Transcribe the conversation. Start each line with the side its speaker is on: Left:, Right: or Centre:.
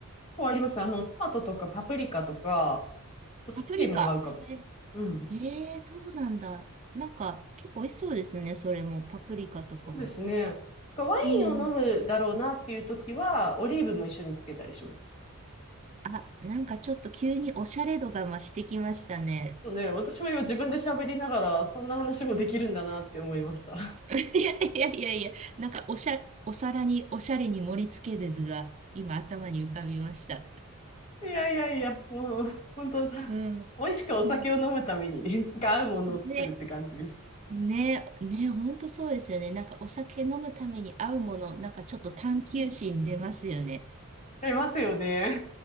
Left: 構あります。あの、トマトとかパプリカとか、スプリも合うかも。
Right: パプリカ。え
Left: うん。
Right: えーそうなんだ。なんか、結構美味しそうですね。それも、パプリカとかも。
Left: そうですね。ワインを飲むだろうなっていう時は、
Right: うんうん。
Left: オリーブも一緒につけたりします。
Right: うんあ、なんかちょっと急におしゃれ度が増してきましたね。
Left: そうね、私も今自分で喋りながら、そんな話もできるんだなって思いました。
Right: <laughs> いやいやいやいや、なんかおしゃ、お皿におしゃれに盛り付ける図が今頭に浮かびました。
Left: いやいやいや、もう、本当、美
Right: うん。
Left: 味しくお酒を飲むために、
Right: な、
Left: なんか合うものを作るって感じです。
Right: ね、ね、ね、ほんとそうですよね。なんかお酒飲むために合うもの、なんかちょっと探求心出ますよね。
Left: ありますよね。